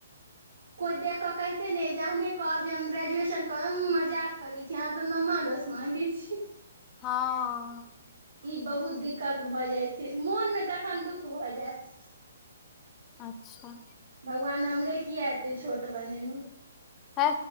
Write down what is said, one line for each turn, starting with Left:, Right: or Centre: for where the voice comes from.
Right: कोई देख के कहिते ने यऽ जहने कहब जे हम ग्रेजुएशन करब उंम्म मजाक करै छी अहाँ तो नम्मा दसवां <unintelligible> छी
Left: हँ
Right: इ बहुत दिक्कत भऽ जाय छै मोन मे तखन दुख भऽ जैत
Left: अच्छ
Right: भगवान हमरे किया एतै छोट बनेनु
Left: है